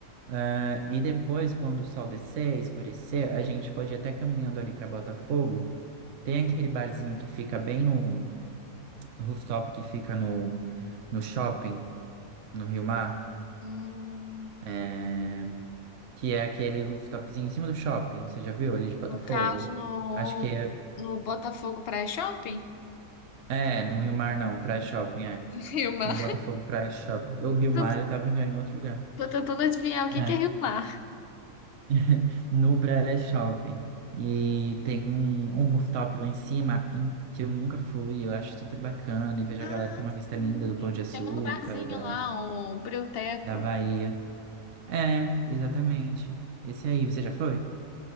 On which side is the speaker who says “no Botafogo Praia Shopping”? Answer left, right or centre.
Left